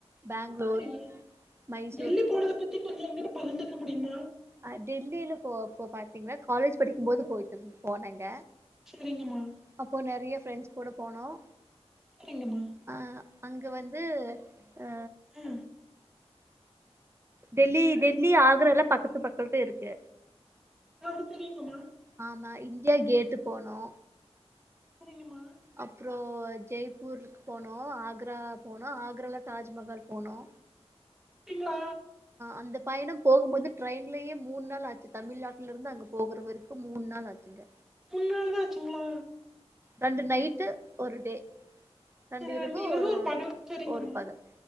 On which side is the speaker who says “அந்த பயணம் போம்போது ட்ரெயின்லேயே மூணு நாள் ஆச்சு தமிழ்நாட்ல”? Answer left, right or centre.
Right